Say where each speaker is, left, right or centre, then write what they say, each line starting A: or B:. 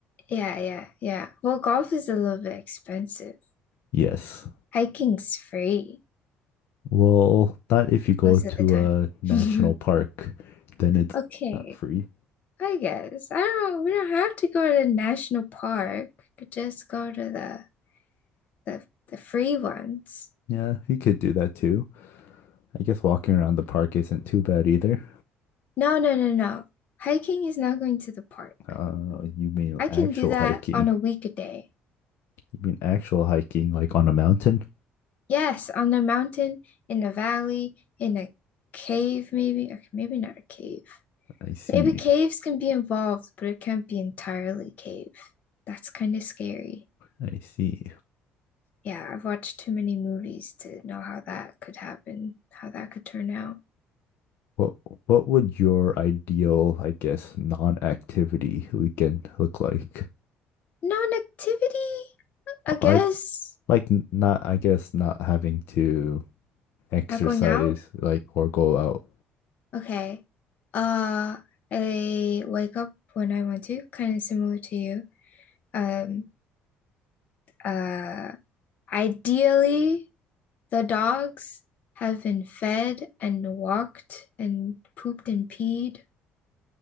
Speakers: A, on the left; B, on the left.
A: Yeah, yeah, yeah. Well, golf is a little bit expensive.
B: Yes.
A: Hiking's free
B: Well, not if you go
A: most
B: to
A: of the time.
B: a national
A: <laughs>
B: park, then it's
A: Okay,
B: not free.
A: I guess. I don't, we don't have to go to the national park. We could just go to the the the free ones.
B: Yeah, you could do that too. I guess walking around the park isn't too bad either.
A: No, no, no, no. Hiking is not going to the park.
B: Uh, you mean
A: I
B: actual
A: can do that
B: hiking?
A: on a weekday.
B: You mean actual hiking, like on a mountain?
A: Yes, on the mountain, in a valley, in a cave, maybe. Okay, maybe not a cave.
B: I see.
A: Maybe caves can be involved, but it can't be entirely cave. That's kind of scary.
B: I see.
A: Yeah, I've watched too many movies to know how that could happen, how that could turn out.
B: What what would your ideal, I guess, non-activity weekend look like?
A: Non-activity, I guess.
B: Like like n- not, I guess, not having to exercise,
A: Not going out.
B: like or go out.
A: Okay. Uh, I wake up when I want to, kind of similar to you. Um, uh, ideally, the dogs have been fed and walked and pooped and peed,